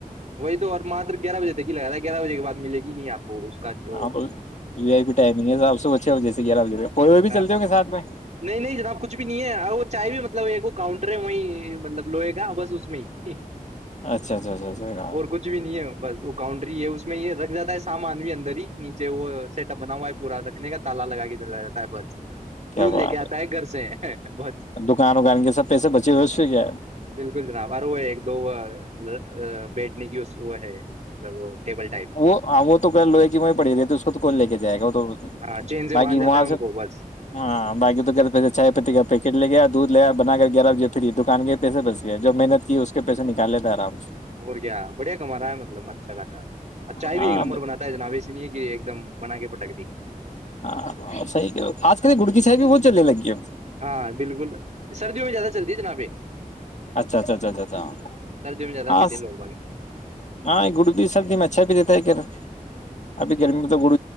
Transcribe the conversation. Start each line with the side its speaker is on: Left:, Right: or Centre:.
Right: وہی تو اور ماتر گیارہ بے ت ہی لگ رہا گیارہ بجے کے بع ملے گ نہیں آ کو اس کا جو
Left: ہاں ٹائمگ ہے آپ صبح چھ بجے سے گیارہ بجے پ
Right: ہاں
Left: بھی چلتے ہوں گے ساتھ میں
Right: نہیں نہیں جناب کچھ بھی نہیں ہے اور وہ چائے بھی مطلب ایک وہ کاؤنٹر ہے وہی مطلب لوئے گا بس اس میں ہی
Left: اچھا اچھا اچھا اچھا
Right: اور کچھ بھی نہیں ہے بس ا کاؤنٹر یہ اس میں یہ رکھ جاتا ہے سامان بھی اندر ہی نیچے وہ سیٹ اپ بنا ہوا ہے پورا رکھنے کا تال لگا کے د جاتا ہے بس
Left: کیا
Right: دودھ
Left: بات
Right: لے کے آتا ہے گھر سے بس
Left: ہے دکان وکان کے سب پیسے بچے ہوئے اس سے کیا ہے
Right: بالکل جناب اورر وہ ایک دو <unintelligible> بیٹھنے کی وہ ہے مطلب ٹیبل ٹائپ
Left: وہ ہاں وہ تو لوہے کی وہیں پڑی رہی ت اس کو تو کون لے کے جائے گا وہ تو
Right: ہاں چین سے
Left: باقی
Right: باندھ جاتا
Left: وہاں
Right: ہے
Left: سے
Right: ان کو بس
Left: ہاں بای تو پیسے چائے پتی کا پیکٹ لے گیا دودھ لےیا بنا کر گ پھر تو دکان کےئے پیسے بس گئے جو محنت کی اس کے پیسے نکال لیتا آرام سے
Right: اور کیا بڑھیا کم رہا ہے مطلب اچھا خاصہ ا چائے
Left: ہاں
Right: بھی ایک نمبر بناتا ہے جناویسی نہیں ہے کہ ایک دم بنا کے پ سکد
Left: ہاں صحی آج کل گڑ کیی صاحب بھی بہت چلنے لگی ہے
Right: ہاں بالکل سردیوں میں زیادہ چلتی ہے جنا پہ
Left: اچھا اچھا اچھا ا
Right: سردیوں میں زیادہ
Left: اھا
Right: پیتے ہیں لوگ باغ
Left: ہاں یہ گڑ بھی سردی اچھا بھی دیتا ہے گھر ابھی گرمی میں تو گڑ